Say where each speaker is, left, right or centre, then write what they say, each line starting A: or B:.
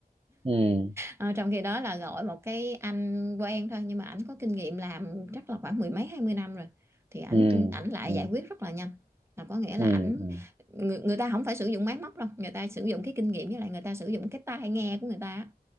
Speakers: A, on the right (about 35°); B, on the right (about 15°).
A: ừ
B: Ờ, trong khi đó là gọi một cái anh quen thôi nhưng mà ảnh có kinh nghiệm làm chắc là khoảng mười mấy hai mươi năm rồi thì ảnh
A: ừ
B: ảnh lại
A: ừ
B: giải quyết rất là nhanh là có nghĩa là
A: ừ
B: ảnh
A: ừ
B: người, người ta không phải sử dụng máy móc đâu người ta sử dụng cái kinh nghiệm với lại người ta sử dụng cái tai nghe của người ta á.